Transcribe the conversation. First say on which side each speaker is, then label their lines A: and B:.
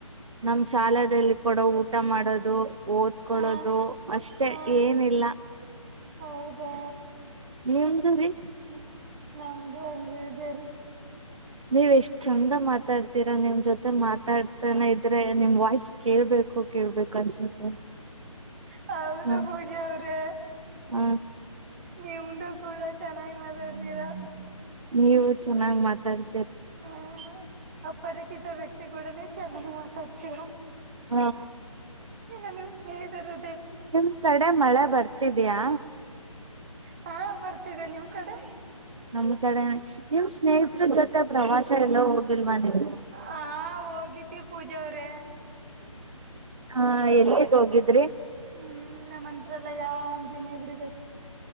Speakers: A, on the right; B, on the right.
A: ನಾಮ್ ಶಾಲದಲ್ಲಿ ಕೊಡ ಊಟ ಊಟ ಮಾಡೋದು ಓದ್ಕೊಳ್ಳೋದು
B: ಹಾ
A: ಅಷ್ಟೆ
B: ಹಾ
A: ಏನಿಲ್ಲ.
B: ಹೌದಾ.
A: ನಿಮ್ದು ರೀ.
B: ಹ್ಮ್ ನಮ್ದು ಹೆಂಗದೆರಿ.
A: ನೀವ್ ಎಷ್ಟ್ ಚಂದ ಮಾತಾಡ್ತೀರ ನಿಮ್ ಜೊತೆ ಮಾತಾಡ್ತಾನ ಇದ್ರೆ ನಿಮ್ ವಾಯ್ಸ್ ಕೇಳ್ಬೇಕು. ಕೇಳ್ಬೇಕು ಅನ್ಸುತ್ತೆ.
B: ಹೌದ
A: ಹ್ಮ
B: ಪೂಜ ಅವ್ರೆ
A: ಹ
B: ನಿಮ್ಮ್ದ. ನೀವು ಕೂಡ ಚೆನ್ನಾಗಿ ಮಾತಾಡ್ತೀರಾ.
A: ನೀವು ಚೆನ್ನಾಗ್ ಮಾತಾಡ್.
B: ಹ ಅಪರಿಚಿತ ವ್ಯಕ್ತಿ ಕೂಡನೆ ಚೆನ್ನಾಗಿ ಮಾತಾಡ್ತಿರ.
A: ಹಾ.
B: ಏನ ನಿಮ್ ಸ್ನೇಹಿತರು.
A: ನಿಮ್ ಕಡೆ ಮಳೆ ಬರ್ತಿದ್ಯಾ.
B: ಹಾ ಬರ್ತಿದೆ ನಿಮ್ ಕಡೆ.
A: ನಮ್ ಕಡೆನೆ ನಿವ್ ಸ್ನೇಹತ್ರರ ಜೊತೆ ಪ್ರವಾಸ ಎಲ್ಲೋ ಹೋಗಿಲ್ವಾ ನೀವು.
B: ಹಾ ಹೋಗಿದೆ ಪೂಜಾ ಅವ್ರೇ
A: ಹಾ ಎಲ್ಲಿಗೆ ಹೋಗಿದ್ರಿ.
B: ಹ್ಮ್ ನಮ್ಮ ಮಂತ್ರಾಲಯ ಅಂಜನೇಗರಿ ಬೆಟ್ಟ.